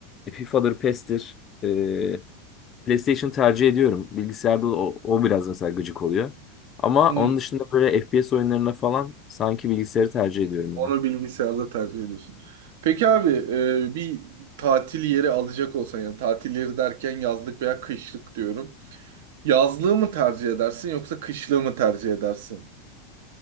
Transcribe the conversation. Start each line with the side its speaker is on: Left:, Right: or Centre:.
Left: FIFA'dır, PES'tir. E, PlayStation tercih ediyorum. Bilgisayarda o, o biraz mesela gıcık oluyor. Ama
Right: Hı.
Left: onun dışında böyle FPS oyunlarına falan sanki bilgisayarı tercih ediyorum
Right: Onu bilgisayarda tercih ediyorsun. Peki abi e, bir tatil yeri alacak olsan yani tatil yeri derken yazlık veya kışlık diyorum. Yazlığı mı tercih edersin yoksa kışlığı mı tercih edersin?